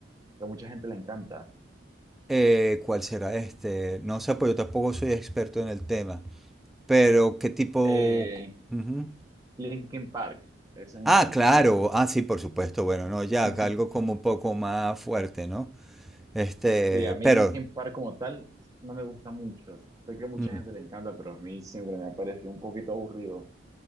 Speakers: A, on the right; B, in the centre.
A: que a mucha gente le encanta.
B: Eh, ¿cuál será este? No sé, pues yo tampoco soy experto en el tema, pero ¿qué tipo?
A: Eh,
B: Ujú.
A: Linkin Park, ese mismo.
B: Ah, claro, ah, sí, por supuesto, bueno, no, ya,
A: <laughs>
B: algo como un poco más fuerte, ¿no? Este,
A: Sí, a mí
B: pero
A: Linkin Park como tal no me gusta mucho. Sé que a mucha
B: mm,
A: gente le encanta, pero a mí siempre me ha parecido un poquito aburrido.